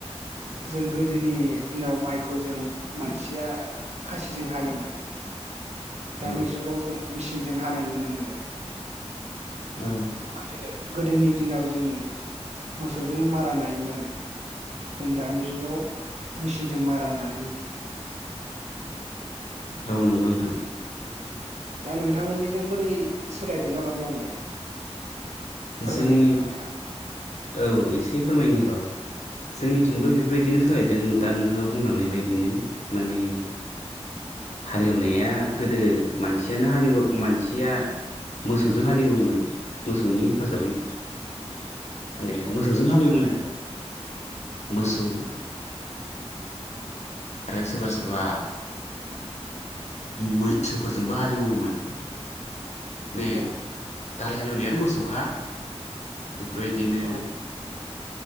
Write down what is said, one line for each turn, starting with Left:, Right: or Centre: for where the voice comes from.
Right: जों गोदोनि दिनाव माइखौ जों मानसिया खासिजों हायोमोन दानि
Left: औ
Right: जुगाव जों मेसिनजों हानाय नुनो मोनो।
Left: औ
Right: गोदो गोदोनि दिनाव जों मोसौजों मारा नायोमोन जों दानि जुगाव मेसिनजों मारा नानाय नुयो
Left: औ नंगौ नोंथां।
Right: दा नोंथांमोननिजों बोरै सोलायदों आबाद मावनाया फोरमायनो
Left: जोंनि
Right: हागोन नामा नोंथाङा?
Left: औ एसे फोरमायनि र' जोंनिथिंबो बेफोरबायदिनो सोलायदों दा नोंथाङा बुंलांनाय बदिनो माने हालएवनाया गोदो मानसियानो हालेव मानसिया मोसौजों हालएवोमोन मोसौनि हेफाजाबै माने मोसौजों हालेवोमोन आरो
Right: औ
Left: मोसौ आरो सोरबा सोरबा मैसोफोरजोंबो हालेवोमोन मे
Right: औ
Left: गाहाय हालएवनायआथ' मोसौखा बेफोरबायदिनो
Right: औ